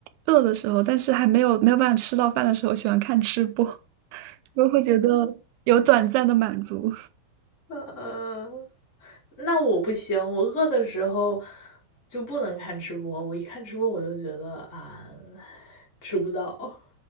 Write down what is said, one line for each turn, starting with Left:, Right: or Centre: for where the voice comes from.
Right: 饿的时候，但是还没有没有办法吃到饭的时候，喜欢看吃播，<laughs> 我会觉得有短暂的满足。
Left: 嗯、那我不行，我饿的时候就不能看直播，我一看直播我就觉得啊，吃不到，